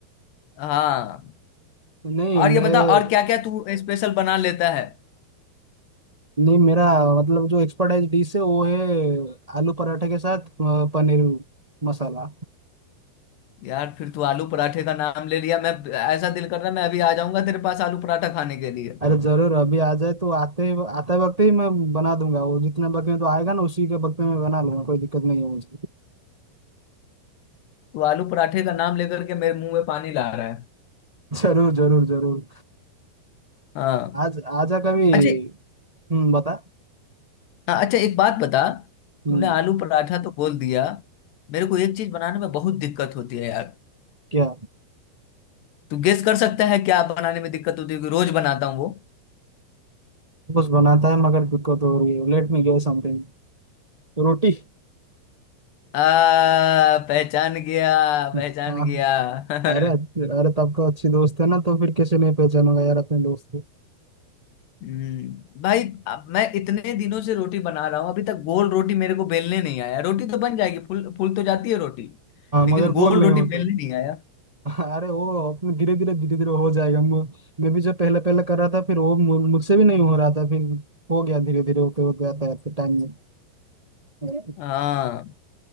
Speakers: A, on the left; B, on the right.
A: हाँ
B: नहीं
A: और
B: मैं
A: ये बता और क्या क्या तू स्पेशल बना लेता है
B: नहीं मेरा मतलब जो एक्सपर्टाइज डिश है वो है आलू पराठे के साथ अ, पनीर मसाला
A: यार फिर तू आलू पराठे का नाम ले लिया मैं ऐसा दिल कर रहा है मैं अभी आ जाऊंगा तेरे पास आलू पराठा खाने के लिए
B: अरे जरूर अभी आ जाए तो आते ही आते वक्त ही मैं बना दूंगा वो जितने वक्त में तो आएगा ना उसी के वक्त में मैं बना लूंगा कोई दिक्कत नहीं है मुझे
A: तू आलू पराठे का नाम लेकर के मेरे मुंह में पानी ला रहा है
B: <laughs> जरूर जरूर जरूर
A: हाँ
B: आज आजा कभी
A: अच्छा
B: हम्म बता
A: हाँ, अच्छा एक बात बता
B: हम्म
A: तूने आलू पराठा तो बोल दिया मेरे को एक चीज बनाने में बहुत दिक्कत होती है यार
B: क्या
A: तू गेस कर सकता है क्या बनाने में दिक्कत होती है क्योंकि रोज बनाता हूँ वो
B: कुछ बनाता है मगर दिक्कत हो रही है Let me guess something Roti
A: आ पहचान गया
B: हाँ
A: पहचान गया <laughs>
B: अरे अरे तब तो अच्छी दोस्त है ना तो फिर कैसे नहीं पहचानूंगा यार अपने दोस्त
A: हम्म भाई अब मैं इतने दिनों से रोटी बना रहा हूँ अभी तक गोल रोटी मेरे को बेलने नहीं आया रोटी तो बन जाएगी फूल फूल तो जाती है रोटी
B: हाँ
A: लेकिन
B: मगर गोल
A: गोल
B: नहीं
A: रोटी
B: होता
A: बेलने नहीं आया
B: अरे वो अपने धीरे धीरे धीरे धीरे हो जाएगा मु- मैं भी जब पहले पहले कर रहा था फिर वो मु- मुझसे भी नहीं हो रहा था फिर हो गया धीरे धीरे होते होते आता है टाइम में
A: हाँ